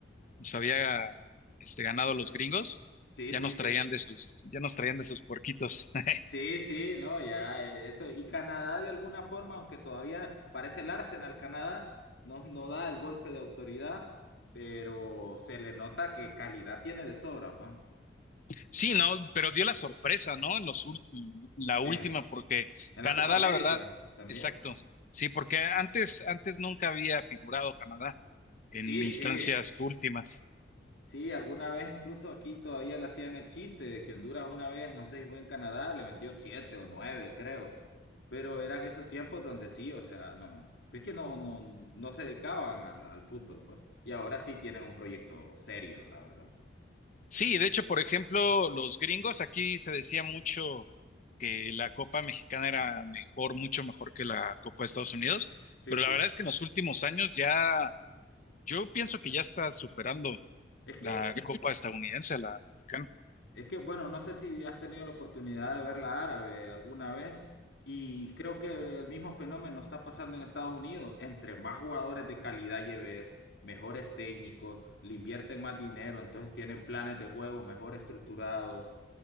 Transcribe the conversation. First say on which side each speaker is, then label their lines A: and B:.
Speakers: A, on the left; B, on the left.
A: nos había este, ganado los gringos,
B: Sí,
A: ya
B: sí,
A: nos
B: sí.
A: traían de sus, ya nos traían de sus puerquitos. <laughs>
B: Sí, sí, no, ya eh, eso. Y Canadá de alguna forma, aunque todavía parece el Arsenal Canadá, no, no da el golpe de autoridad, pero se le nota que calidad tiene de sobra, pues.
A: Sí, no, pero dio la sorpresa, ¿no? En los ul- la
B: En,
A: última, porque
B: en
A: Canadá,
B: la Copa América
A: la verdad,
B: también.
A: exacto. Sí, porque antes, antes nunca había figurado Canadá en
B: Sí,
A: instancias
B: sí.
A: últimas.
B: Sí, alguna vez incluso aquí todavía le hacían el chiste de que Honduras una vez, no sé si fue en Canadá, le metió siete o nueve, creo. Pero eran esos tiempos donde sí, o sea, no, es que no, no, no se dedicaban al, al fútbol, pues. Y ahora sí tienen un proyecto serio, la verdad.
A: Sí, de hecho, por ejemplo, los gringos, aquí se decía mucho que la Copa Mexicana era mejor, mucho mejor que la Copa de Estados Unidos,
B: Sí,
A: pero
B: sí.
A: la verdad es que en los últimos años ya Yo pienso que ya está superando
B: Es que
A: la copa estadounidense, a la mexicana.
B: Es que, bueno, no sé si has tenido la oportunidad de verla árabe alguna vez y creo que el mismo fenómeno está pasando en Estados Unidos. Entre más jugadores de calidad lleves, mejores técnicos, le invierten más dinero, entonces tienen planes de juego mejor estructurados.